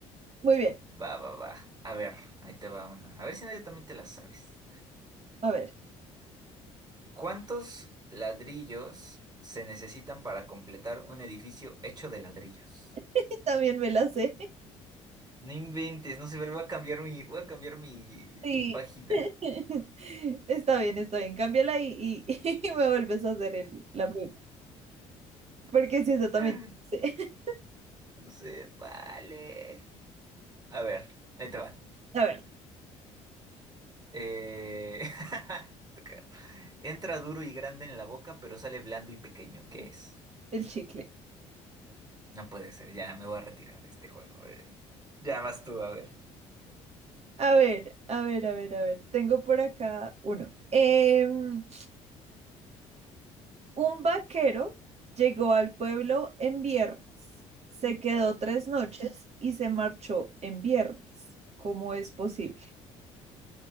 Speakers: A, on the right; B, on the right.
A: Muy bien.
B: Va, va, va. A ver, ahí te va una. A ver si nadie también te la sabes.
A: A ver,
B: ¿Cuántos ladrillos se necesitan para completar un edificio hecho de ladrillos?
A: <laughs> también me la sé.
B: No inventes, no sé, pero voy a cambiar mi, voy a cambiar mi,
A: Sí.
B: mi página.
A: <laughs> Está bien, está bien. Cámbiala y, y- <laughs> y me vuelves a hacer el- la pregunta. Porque si eso también
B: <laughs>
A: sé. <laughs>
B: No sé, vale. A ver, ahí te va.
A: A ver,
B: Eh, <laughs> Entra duro y grande en la boca, pero sale blando y pequeño. ¿Qué es?
A: el chicle.
B: No puede ser, ya me voy a retirar de este juego. eh. Ya vas tú, a ver.
A: A ver, a ver, a ver, a ver. Tengo por acá uno. Em, Un vaquero llegó al pueblo en viernes, se quedó tres noches y se marchó en viernes. ¿Cómo es posible?